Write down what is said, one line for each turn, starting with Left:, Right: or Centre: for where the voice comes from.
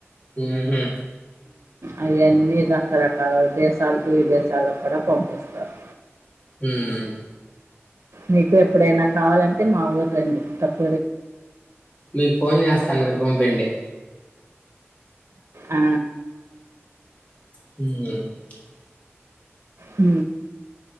Left: మ్హూ,
Right: అవి అన్నీ రకరకాల దేశాలకు విదేశాలకు అక్కడ పంపిస్తారు
Left: హ్మ్.
Right: మీకు ఎప్పుడైనా కావాలంటే మా ఊరు రండి తక్కు
Left: మీకు ఫోన్ చేస్తాను మీరు పంపిండి
Right: ఆ
Left: హ
Right: అ